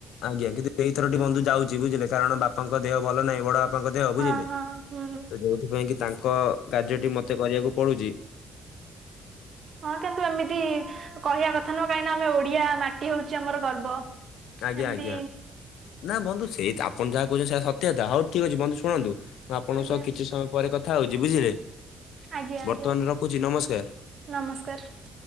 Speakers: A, on the left (about 85°); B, on the right (about 50°).
A: ଆଜ୍ଞା। କିନ୍ତୁ ଏଇଥରଟି ବନ୍ଧୁ ଯାଉଛି ବୁଝିଲେ କାରଣ ବାପାଙ୍କ ଦେହ ଭଲ ନାହିଁ। ବଡାଆ ବାପାଙ୍କ ଦେହ ବୁଝିଲେ
B: ହଁ ହଁ
A: ତ
B: ହୁଁ
A: ଯୋଉଥିପାଇଁ କି ତାଙ୍କ କାର୍ଯ୍ୟଟି ମତେ କରିଆକୁ ପଡୁଛି।
B: ହଁ କିନ୍ତୁ ଏମିତି କହିବା କଥା ନୁହଁ କାହିଁକିନା ଆମେ ଓଡିଆ ମାଟି ହଉଛି ଆମର ଗର୍ବ।
A: ଆଜ୍ଞା
B: ଏମିତି
A: ଆଜ୍ଞା। ନା ବନ୍ଧୁ ସେଇ ତ ଆପଣ ଯାହା କହୁଛନ୍ତି ସେ ସତ୍ୟତା ହଉ ଠିକ୍ ଅଛି ବନ୍ଧୁ ଶୁଣନ୍ତୁ। ମୁଁ ଆପଣଙ୍କ
B: ଆଜ୍ଞା
A: ସହ କିଛି ସମୟ ପରେ କଥା ହଉଛି ବୁଝିଲେ।
B: ଆଜ୍ଞା ଆଜ୍ଞା।
A: ବର୍ତ୍ତମାନ ରଖୁଛି ନମସ୍କାର।
B: ନମସ୍କାର।